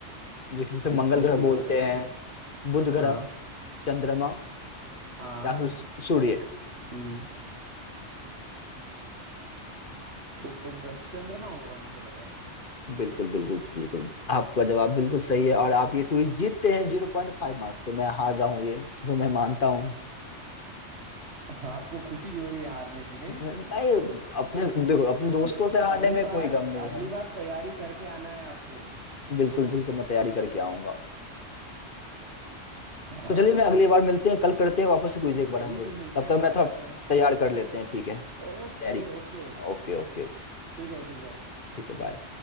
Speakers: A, on the left; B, on the right.
A: जिस- जिसे
B: पृथ्वी
A: मंगल ग्रह
B: के उपग्रह
A: बोलते हैं
B: का
A: बुध
B: हाँ
A: ग्रह चंद्रमा
B: हाँ
A: या फिर सू- सूर्य
B: हम्म उपग्रह चंद्रमा होगा मुझे लग रहा है
A: बिल्कुल बिल्कुल बिल्कुल आपका जवाब बिल्कुल सही है और आप ये क्विज जीतते हैं जीरो पॉइंट फाइव मार्क्स से मैं हार रहा हूँ ये चलो मैं मानता हूँ
B: हाँ, आपको खुशी भी हो रही है हारने की नहीं
A: नहीं अपने देखो अपने दोस्तों
B: <laughs>
A: से हारने
B: अगली
A: में
B: बार
A: कोई गम नहीं
B: अगली
A: है
B: बार तैयारी करके आना है आपको
A: बिल्कुल बिल्कुल मैं तैयारी करके आऊंगा
B: हाँ
A: तो चलिए मैं अगली बार मिलते हैं कल करते हैं वापस से क्विज एक बार
B: चलिए
A: हम लोग
B: फिर मिलते
A: तब
B: हैं
A: तक
B: बात
A: मैं थोड़ा
B: करते हैं
A: तैयार कर लेते हैं ठीक है
B: Okay
A: तैयारी
B: okay
A: Okay okay
B: ठीक है ठीक है
A: ठीक है बाय